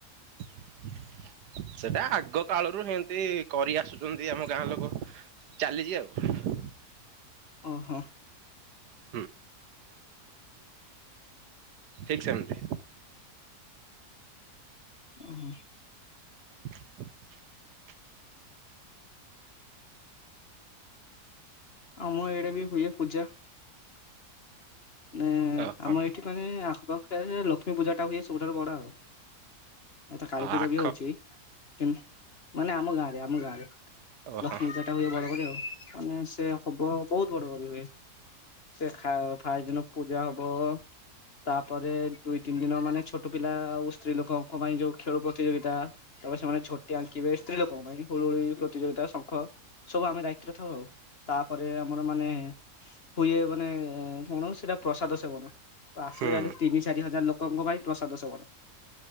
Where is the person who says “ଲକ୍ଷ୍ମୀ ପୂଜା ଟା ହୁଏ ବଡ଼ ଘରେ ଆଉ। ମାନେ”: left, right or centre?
Left